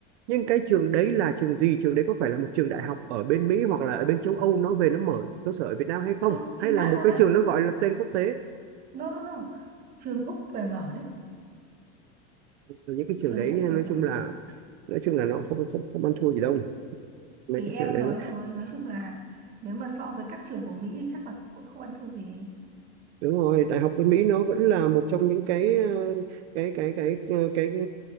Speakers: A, on the right; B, on the right.
A: Nhưng cái trường đấy là trường gì? Trường đấy có phải là một trường đại học
B: À,
A: ở bên Mỹ hoặc là ở bên châu Âu nó về nó mở cơ sở ở Việt Nam hay không?
B: không
A: Hay
B: chính xác
A: là một
B: luôn
A: cái
B: đấy
A: trường nó gọi là tên quốc tế?
B: no no no trường Úc về mở đấy
A: Rồi Những cái trường
B: trường
A: đấy
B: Úc
A: nói
B: về mở
A: chung là nói chung là nó không không không ăn thua gì đâu. Mấy
B: thì
A: cái
B: em
A: trường đấy
B: nói
A: nó,
B: rồi nói chung là nếu mà so với các trường của Mỹ thì chắc là cũng không ăn thua gì
A: đúng rồi, đại học bên Mỹ nó vẫn là một trong những cái ờ, cái cái cái cái, cái ừ,